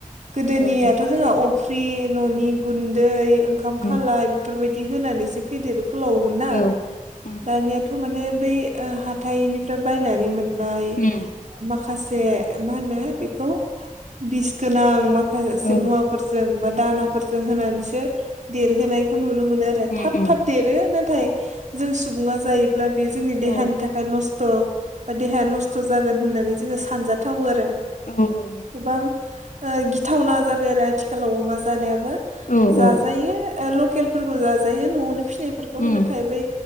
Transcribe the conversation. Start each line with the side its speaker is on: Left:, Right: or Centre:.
Right: गोदोनियाथ'
Left: औ
Right: जोंहा अफ्रि न'नि गुन्दै ओंखाम
Left: उम
Right: खालाय बेफोरबायदि होनानैसो फेदेर फोलावोमोन ना।
Left: औ उम
Right: दानियाथ' माने बै ओ हाथाइनिफ्राय बायनानै मोननाय
Left: उम
Right: माखासे मा होनो बेखौ बिस गोनां माखासे
Left: औ
Right: मुवाफोर जों बा दानाफोरजों होनानैसो देरहोनायखौ नुनो मोनो।
Left: उम
Right: थाब
Left: उम
Right: थाब देरो नाथाय जों सुबुङा जायोब्ला बे जोंनि देहानि
Left: औ
Right: थाखाय नस्थ' बा देहाया नस्थ' जागोन होननानै जोङो सानजाथावो आरो।
Left: औ नंगौ
Right: गोबां गिथावना जाबाय आरो आथिखालाव अमा जानायाबो।
Left: नंगौ
Right: जाजायो
Left: औ
Right: ओ लकेलफोरखौ जाजायो न'आवनो फिसिनायफोरखौ।
Left: उम
Right: नाथाय बै